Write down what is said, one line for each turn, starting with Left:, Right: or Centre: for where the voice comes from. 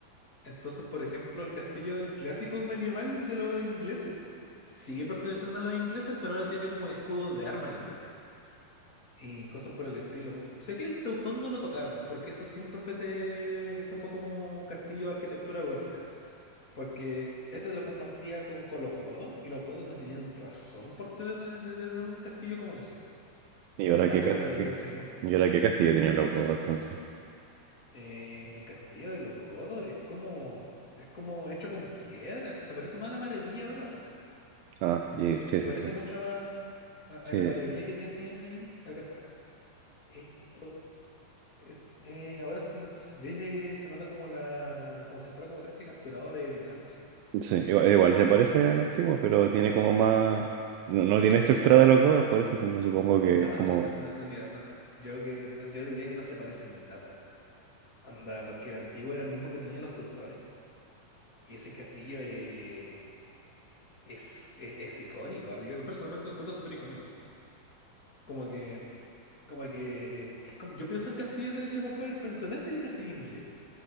Left: Entonces, por ejemplo, el castillo, el clásico medieval de los ingleses, sigue perteneciendo a los ingleses, pero ahora tiene como un escudo de arma inglés y cosas por el estilo. Por- Sé que el Teutón no lo tocaron, porque eso siempre fue de... eso fue como castillo de arquitectura gótica, porque ese lo compartía con, con los godos y los godos no tenían razón por tener, de tener un castillo como ese,
Right: ¿Y ahora
Left: m- más
Right: qué,
Left: que
Right: cas-
Left: por el
Right: qué-
Left: alcance de nombre.
Right: y ahora qué castillo tienen los godos entonces?
Left: Eh, el castillo de los godos es como es como hecho con piedra, se parece más a la maravilla ahora,
Right: Ah, y-
Left: Se,
Right: sí,
Left: se
Right: sí,
Left: parece
Right: sí.
Left: mucho más a, a
Right: Sí,
Left: la maravilla que tenían ahí. Acá está. Esto, es- eh, ahora se, no- se ve, se nota como la, como si fuera como casi capturado de Bizancio.
Right: sí. Igual, igual se parece al antiguo, pero tiene como más. No, no tiene estructura de los godos, por eso como supongo que
Left: No,
Right: es como
Left: no se pa- no, no, mira, no, yo que no- yo diría que no se parece en nada. Anda, porque el antiguo era el mismo que tenían los teutones. Y ese castillo eh, es, eh, es icónico. Yo, yo personalmente lo encuentro súper icónico. Como que, como que es como, yo pienso en castillos del Age of Empires, pienso en ese y el castillo inglés.